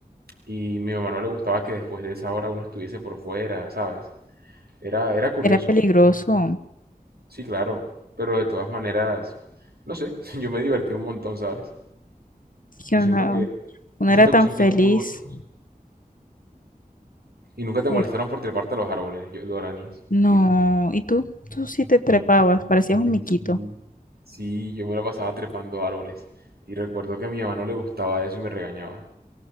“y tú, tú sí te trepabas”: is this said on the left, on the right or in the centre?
Left